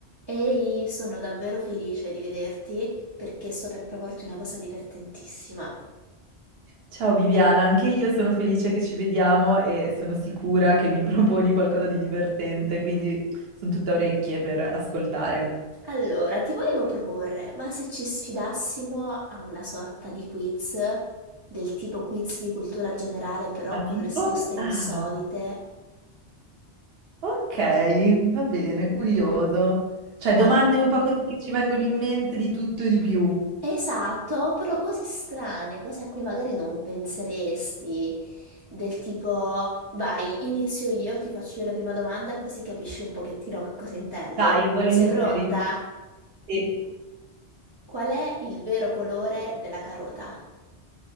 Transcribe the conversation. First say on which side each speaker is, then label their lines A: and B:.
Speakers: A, on the right; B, on the right.
A: Ehi, sono davvero felice di vederti perché sto per proporti una cosa divertentissima.
B: Ciao Viviana, anche io sono felice che ci vediamo e sono sicura che mi <laughs> proponi qualcosa di divertente, quindi sono tutta orecchie per ascoltare.
A: Allora, ti volevo proporre, ma se ci sfidassimo a una sorta di quiz, del tipo quiz di cultura generale, però
B: Ma
A: con
B: tipo?
A: risposte insolite?
B: Ah, Ok, va bene, curioso. Cioè,
A: Vai.
B: domande un po' così che ci vengono in mente di tutto e di più.
A: Esatto, però cose strane, cose a cui magari non penseresti, del tipo, vai, inizio io, ti faccio io la prima domanda così capisci un pochettino che cosa intendo.
B: dai, volentieri.
A: Sei pronta?
B: E,
A: Qual è il vero colore della carota?